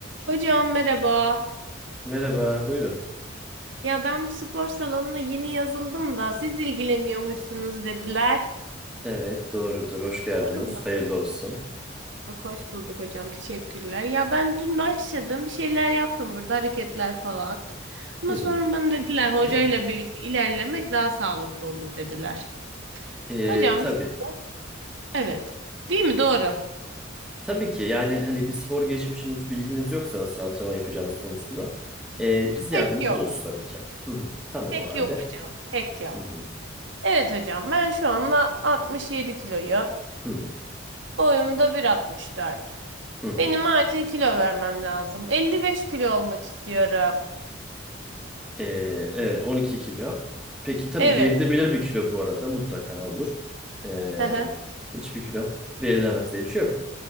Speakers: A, on the right (about 70°); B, in the centre.
A: Hocam merhaba.
B: Merhaba, buyurun.
A: Ya ben bu spor salonuna yeni yazıldım da siz ilgileniyormuşsunuz dediler.
B: Evet, doğrudur. Hoş geldiniz.
A: Doğru mu?
B: Hayırlı olsun.
A: Bak, hoş bulduk hocam. Teşekkürler. Ya ben dün başladım. Bir şeyler yaptım burada hareketler falan. Ama
B: Hı hı.
A: sonra bana dediler hocayla
B: <clears throat>
A: birlikte ilerlemek daha sağlıklı olur dediler.
B: Ee,
A: Hocam
B: tabii.
A: şöyle- evet. Değil mi? Doğru.
B: Tabii ki yani hani bir spor geçmişiniz, bilginiz yoksa nasıl antrenman yapacağınız konusunda ee, biz
A: Pek
B: yardımcı
A: yok.
B: oluruz tabii ki. Hı hı. Tamam
A: Pek
B: o halde.
A: yok hocam. Pek yok.
B: Hı hı.
A: Evet hocam ben şu anda 67 kiloyum.
B: Hı hı.
A: Boyum da 1.64.
B: Hı hı.
A: Benim acil kilo vermem lazım. 55 kilo olmak istiyorum.
B: Ee, evet 12 kilo. Peki tabii
A: Evet.
B: verilebilir bir kilo bu arada mutlaka olur. Ee,
A: Hı hı.
B: hiçbir kilo verilemez diye bir şey yok.